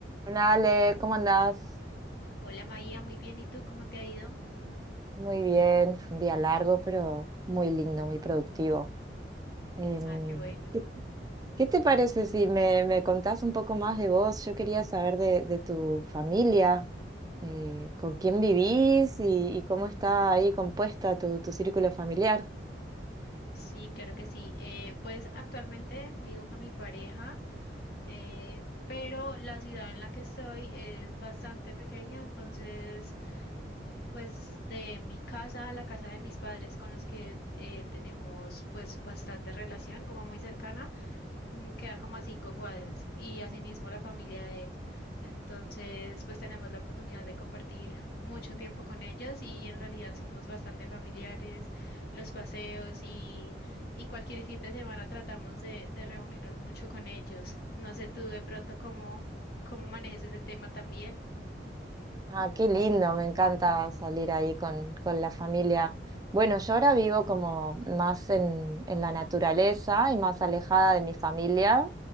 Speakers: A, on the right; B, on the left.
A: Hola Ale, ¿cómo andás?
B: Hola María, muy bien. ¿Y tú cómo te ha ido?
A: Muy bien, fue un día largo, pero muy lindo, muy productivo. Em,
B: Ah, qué bueno.
A: ¿qué, qué te parece si me, me contás un poco más de vos? Yo quería saber de, de tu familia, eh, con quién vivís y, y cómo está ahí compuesta tu, tu círculo familiar.
B: Sí, claro que sí. Eh, pues actualmente vivo con mi pareja, eh, pero la ciudad en la que estoy es bastante pequeña, entonces pues de mi casa a la casa de mis padres con los que eh, tenemos pues bastante relación, como muy cercana. mm, queda como a cinco cuadras y asimismo la familia de él. Entonces, pues tenemos la oportunidad de compartir mucho tiempo con ellas y en realidad somos bastante familiares, los paseos y, y cualquier fin de semana tratamos de, de reunirnos mucho con ellos. No sé tú de pronto cómo, cómo manejes ese tema también.
A: Ah, qué lindo, me encanta salir ahí con, con la familia. Bueno, yo ahora vivo como más en, en la naturaleza y más alejada de mi familia,